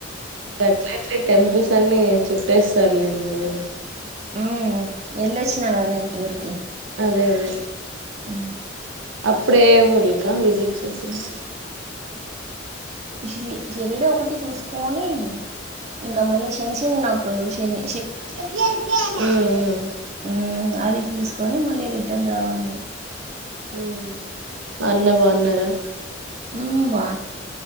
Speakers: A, on the right; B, on the right.
A: గట్లా ఎట్ల టెంపుల్స్ అన్ని చుట్టేస్తారులే ఇంకా మీరు
B: ఉమ్ వెళ్ళొచ్చినా కదా నేను టూర్ కి
A: అదే అదే
B: ఉ
A: అప్పుడే ఊర్లక్కా విజిట్ చేసింది
B: షి షిరిడి ఒకటి చూసుకొని ఇంకా మలేషిన్ చింగ్ణ పరుషని
A: ఉమ్ ఉమ్
B: హ్మ్ అది చూసుకొని మళ్ళీ రిటర్న్ రావాలని
A: ఉమ్ అన్న బాగున్నారా
B: ఉ బా